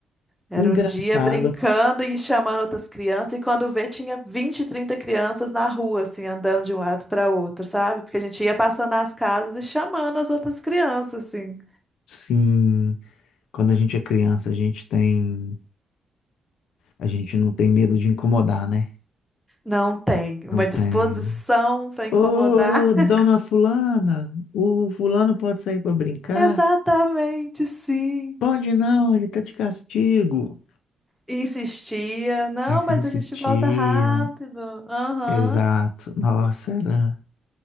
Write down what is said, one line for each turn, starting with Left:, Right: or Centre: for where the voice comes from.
Centre: Era
Left: Engraçado.
Centre: o dia brincando e chamando outras crianças, e quando vê, tinha 20 30 crianças na rua, assim, andando de um lado para outro, sabe? Porque a gente ia passando nas casas e chamando as outras crianças, assim.
Left: Sim, quando a gente é criança, a gente tem, a gente não tem medo de incomodar, né?
Centre: Não tem uma
Left: Não tem.
Centre: disposição para incomodar.
Left: Ô,
Centre: <laughs>
Left: dona fulana, o fulano pode sair para brincar?
Centre: Exatamente, sim.
Left: Pode não, ele tá de castigo.
Centre: E Insistia, não,
Left: Aí você
Centre: mas
Left: insistia.
Centre: a gente volta rápido. Aham,
Left: Exato. Nossa, era,